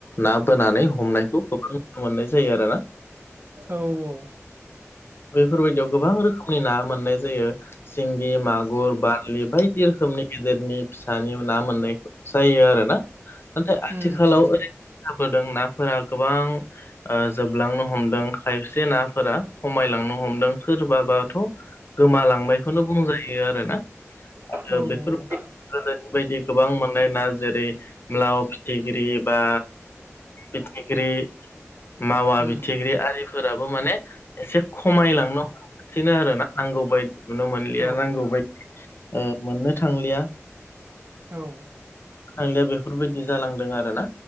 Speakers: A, on the left (about 50°); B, on the right (about 45°).
A: ना बोनानै हमनायखौ गोबां नुनो मोननाय जायो आरोना
B: औ औ
A: बेफोरबायदियाव गोबां रोखोमनि ना मोननाय जायो सिंगि मागुर बारलि बायदि रोखोमनि गेदेरनि फिसानि ना मोननायखौ जायो आरो ना नाथाय आथिखालाव
B: उम उम
A: ओरैबायदि जाबोदों नाफोरा गोबां ओ जोब जोबलांनो हमदों खायसे नाफोरा खमायलांनो हमदों सोरबाबाथ' गोमालांबायखौनो बुंजायो आरो ना आरो
B: औ औ
A: बेफोरबाय गोदोनि बायदि गोबां मोननाय ना जेरै लाव फिथिख्रि बा फिथिख्रि माव
B: उम
A: फिथिग्रि आरिफोराबो माने एसे खमायलांनो हम गासिनो आरो ना नांगौ बायदि नुनो मोनलिया
B: औ
A: नांगौ बायदि मोननो थांलिया
B: औ
A: थांलिया बेफोरबायदि जालांदों आरो ना